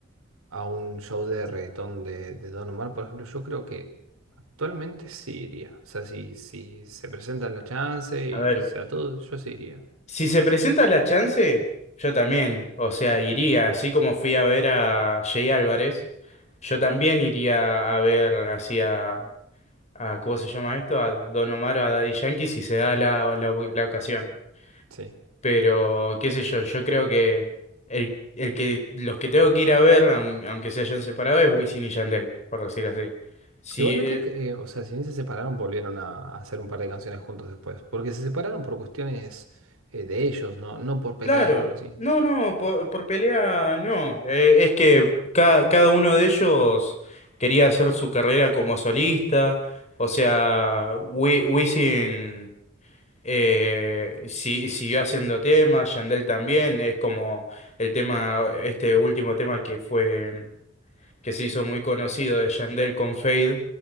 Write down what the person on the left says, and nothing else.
a
ver.
Si se presenta la chance, yo también, o sea, iría, así como fui a ver a Jay Álvarez, yo también iría a ver así a, a- ¿cómo se llama esto? A Don Omar o a Daddy Yankee si se da la, la, la ocasión.
Pero, qué sé yo, yo creo que el, el que los que tengo que ir a ver, aun- aunque se hayan separado, es Wisin y Yandel, por decir así. Si,
eh,
Claro,
no, no, por, por pelea no. Eh, es que ca- cada uno de ellos quería hacer su carrera como solista. O sea, Wi- Wisin eh, si- siguió haciendo temas, Yandel también. Es como el tema, este último tema que fue, que se hizo muy conocido de Yandel con Fade,